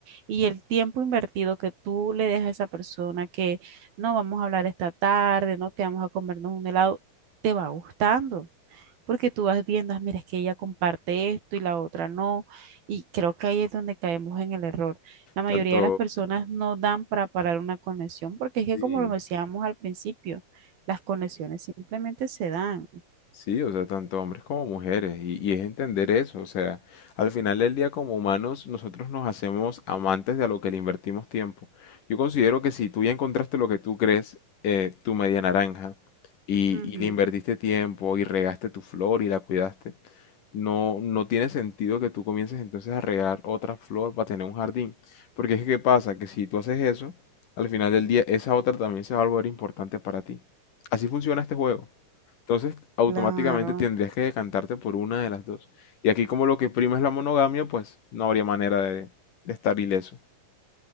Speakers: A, on the right; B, on the left.
A: Y el tiempo invertido que tú le dejas a esa persona, que no, vamos a hablar esta tarde, no, que vamos a comernos un helado, te va gustando porque tú vas viendo, "Ah, mira, es que ella comparte esto y la otra no, y creo que ahí es donde caemos en el error. La mayoría
B: Tanto,
A: de las personas no dan para parar una conexión, porque es que
B: sí,
A: como lo decíamos al principio, las conexiones simplemente se dan.
B: sí, o sea, tanto hombres como mujeres. Y, y es entender eso, o sea, al final del día como humanos nosotros nos hacemos amantes de a lo que le invertimos tiempo. Yo considero que si tú ya encontraste lo que tú crees, eh, tu media naranja, y,
A: Ujú,
B: y le invertiste tiempo y regaste tu flor y la cuidaste, No, no tiene sentido que tú comiences entonces a regar otra flor para tener un jardín. Porque es que, ¿qué pasa? Que si tú haces eso, al final del día esa otra también se va a volver importante para ti. Así funciona este juego. Entonces, automáticamente
A: Claro,
B: tendrías que decantarte por una de las dos. Y aquí como lo que prima es la monogamia, pues no habría manera de, de estar ileso.